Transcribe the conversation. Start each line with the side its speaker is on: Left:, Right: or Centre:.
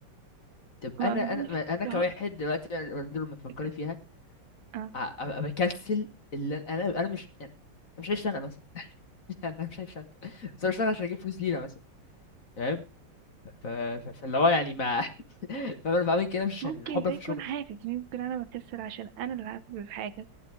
Left: طب
Right: ما
Left: انا
Right: أعملش
Left: انا ما انا
Right: اللي
Left: كواحد
Right: هو
Left: دلوقتي لما لما تفكري
Right: أنت
Left: فيها
Right: آه.
Left: ع- ابقى بكنسل اللي انا انا أنا مش يعني أنا مش هشتغل مثلا <laughs> لا لا مش هشتغل بس أنا بشتغل عشان اجيب فلوس لينا مثلا تمام ف- ف- فاللي هو يعني ما <laughs> فانا بعمل كده مش عشان
Right: ممكن
Left: حب
Right: ده
Left: في
Right: يكون
Left: الشغل
Right: حافز ممكن أنا بكسل عشان أنا اللي هاكل الحاجة